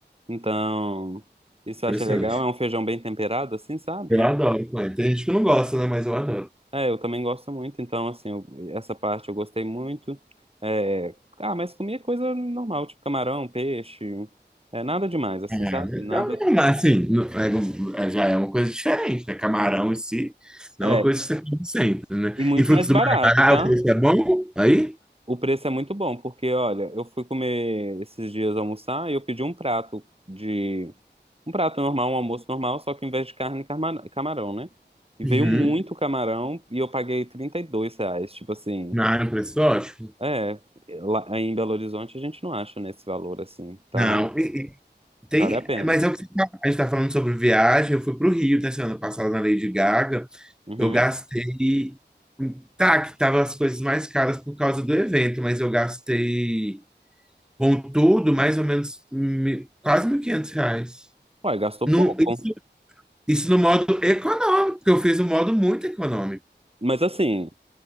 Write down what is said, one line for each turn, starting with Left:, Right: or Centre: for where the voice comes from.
Right: Então, isso eu
Centre: Interessante.
Right: achei legal. É um feijão bem temperado, assim, sabe?
Centre: Eu
Right: Mu-
Centre: adoro Coen. Tem gente que não gosta, né? Mas eu adoro.
Right: É, eu também gosto muito. Então, assim, eu- essa parte eu gostei muito. É, ah, mas comia coisa normal, tipo camarão, peixe. É nada demais, assim,
Centre: É,
Right: sabe?
Centre: Então,
Right: Nada.
Centre: é, mas assim, não- é- é- já é uma coisa diferente, né? Camarão em si, não
Right: É,
Centre: é uma coisa que você come sempre, né?
Right: e muito
Centre: E frutos
Right: mais barato,
Centre: do mar é barato,
Right: tá?
Centre: isso é bom? Aí?
Right: O preço é muito bom, porque olha, eu fui comer esses dias almoçar e eu pedi um prato de. Um prato normal, um almoço normal, só que em vez de carne, carma- camarão, né? E
Centre: Uhum.
Right: veio muito camarão e eu paguei 32 reais. Tipo assim,
Centre: Não, é um preço ótimo.
Right: é. Lá em Belo Horizonte a gente não acha nesse valor assim. Então,
Centre: Não, e- e tem,
Right: vale a pena.
Centre: mas é o que você tá- a gente tá falando sobre viagem. Eu fui pro Rio, né? semana passada na Lady Gaga.
Right: Uhum.
Centre: Eu gastei, tá, que tava as coisas mais caras por causa do evento, mas eu gastei. Com tudo, mais ou menos mi- quase 1.500 reais.
Right: Ué, gastou
Centre: No,
Right: pouco.
Centre: isso, isso no modo econômico, porque eu fiz um modo muito econômico.
Right: Mas assim,